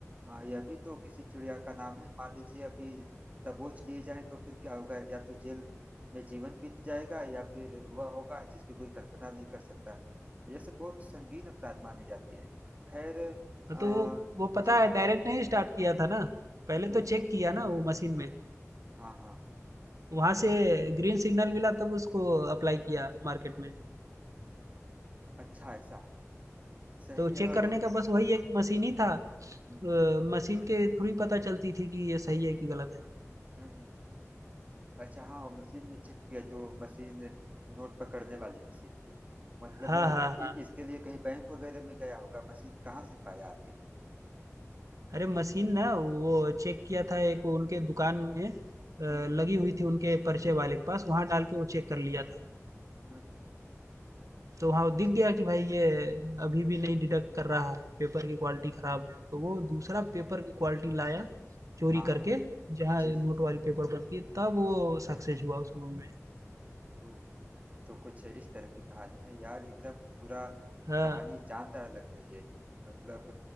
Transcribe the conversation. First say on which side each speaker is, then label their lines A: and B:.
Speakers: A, on the right (about 25°); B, on the right (about 85°).
A: आ, यह भी तो किसी चिड़िया का नाम है मान लीजिए अभी दबोच लिए जाए तो फिर क्या होगा या तो जेल में जीवन बीत जाएगा या फिर वह होगा जिसकी कोई कल्पना नहीं कर सकता यह सब बहुत संगीन अपराध माने जाते हैं खैर आ,
B: तो वो वो पता
A: जी जी
B: है डायरेक्ट नहीं स्टार्ट किया था ना पहले
A: हम्म हम्म,
B: तो चेक किया ना वो मशीन में
A: हाँ हाँ
B: वहां से ग्रीन सिग्नल मिला तब उसको अप्लाई किया मार्केट में
A: अच्छा ऐसा है सही
B: तो
A: है
B: चेक
A: और
B: करने का बस वही एक मशीन ही था अ,
A: हम्म
B: मशीन के थ्रू ही पता चलती थी कि ये सही है कि गलत है
A: हम्म हम्म हम्म, अच्छा हाँ मशीन में चेक किया जो मशीन नोट पकड़ने वाली मशीन थी मतलब
B: हाँ
A: वो
B: हाँ
A: इ,
B: हाँ
A: इसके लिए कहीं बैंक वगैरह में गया होगा मशीन कहाँ से पाया आखिर
B: अरे मशीन ना वो चेक किया था एक उनके दुकान में अ,
A: हम्म हम्म
B: लगी हुई थी उनके परिचय वाले के पास वहां डाल के वो चेक कर लिया था
A: हम्म हम्म,
B: तो वहाँ
A: अच्छा
B: दिख गया कि भाई ये अभी भी नहीं डिडक्ट कर रहा है पेपर की क्वालिटी खराब है तो वो दूसरा पेपर की क्वालिटी लाया चोरी
A: हाँ हाँ
B: करके जहाँ
A: जी जी
B: नोट
A: जी
B: वाली पेपर बनती है तब वो सक्सेस हुआ उस मूवी में
A: ओह तो कुछ इस तरह की कहानी है यार एकदम पूरा
B: हाँ
A: कहानी जानदार लग रही है मतलब